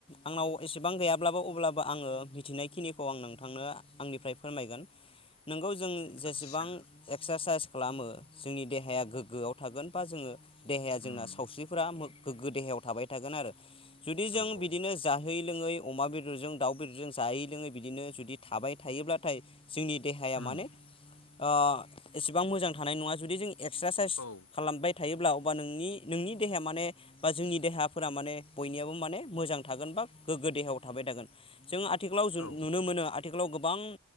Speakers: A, on the left; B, on the left.
A: आंनाव एसेबां गैयाब्लाबो अब्लाबो आङो ओ मिथिनाय खिनिखौ आं नोंथांनो आंनिफ्राय फोरमायगोन। नोंगौ जों जेसेबां
B: आदसा
A: एक्सारसाइस खालामो जोंनि देहाया गोग्गोआव थागोन बा जोङो देहाया जोंना
B: उम
A: सावस्रिफोरा गोग्गो देहायाव थाबाय थागोन आरो जुदि
B: औ
A: जों
B: औ
A: बिदिनो जाहै लोङै अमा बेदरजों दाउ फोरजों जायै लोङै बिदिनो जुदि थाबाय थायोब्लाथाय जोंनि देहाया
B: उम
A: माने ओ एसेबां मोजां थानाय नङा। जुदि जों एक्सारसाइस
B: औ
A: खालामबाय थायोब्ला बा नोंनि नोंनि देहाया माने बा जोंनि देहाफोरा माने बयनियाबो माने मोजां थागोन बा गोग्गो देहायाव थाबाय थागोन। जों आथिखालाव जु
B: औ
A: नुनो मोनो आथिखालाव गोबां